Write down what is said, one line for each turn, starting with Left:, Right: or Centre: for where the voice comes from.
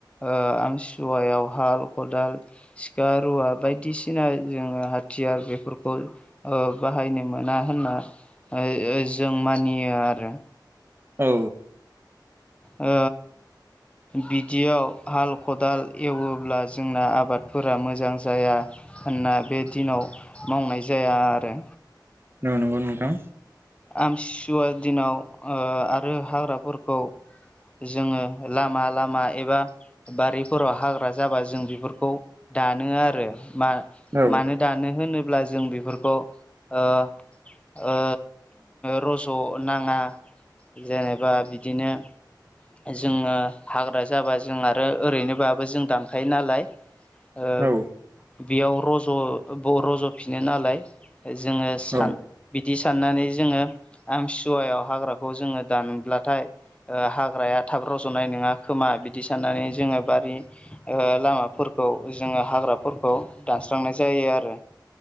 Left: ओ आमथिसुवायाव हाल खदाल सिखा रुवा बायदिसिना जोङो हाथियार बेफोरखौ ओ बाहायनो मोना होनना ओ ओ जों मानियो आरो।
Right: औ
Left: ओ बिदियाव हाल खदाल एवोब्ला जोंना आबादफोरा मोजां जाया होनना बे दिनाव मावनाय जाया आरो।
Right: औ नंगौ नोंथां।
Left: आमथिसुवा दिनाव ओ आरो हाग्राफोरखौ जोंङो लामा लामा एबा बारिफोराव हाग्रा जाबा जों बेफोरखौ दानो आरो मा
Right: औ
Left: मानो दानो होनोब्ला जों बेफोरखौ ओ ओ रस' नाङा जेनेबा बिदिनो जोङो हाग्रा जाबा जों आरो ओरैनोबाबो जों दानखायो नालाय ओ
Right: औ
Left: बेयाव रज' ब रज'फिनो नालाय जोंङो सान
Right: औ
Left: बिदि साननानै जोंङो आमसुवायाव हाग्राखौ जोंङो दानोब्लाथाय ओ हा हाग्राया थाब रज'नाय नङा खोमा बिदि साननानै जोंङो बारि ओ लामाफोरखौ जोंङो हाग्राफोरखौ दानस्रांनाय जायो आरो।